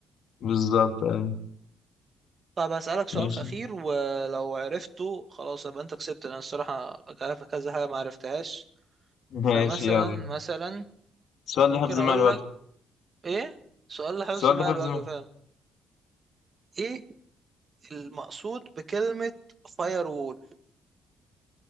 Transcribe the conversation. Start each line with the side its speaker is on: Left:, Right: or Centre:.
Left: بالظبط آه.
Right: طب هسألك سؤال
Left: ماشي
Right: أخير ولو عرفته خلاص يبقى أنت كسبت لأن الصراحة عارف كذا حاجة ما عرفتهاش
Left: ماشي
Right: فمثلا
Left: يلا
Right: مثلا
Left: السؤال
Right: ممكن
Left: ده حفظ
Right: أقول
Left: مع الوقت
Right: لك إيه سؤال لحفظ
Left: السؤال
Right: ماء
Left: ده حفظ
Right: الوجه
Left: مع
Right: فعلا إيه المقصود بكلمة فاير وول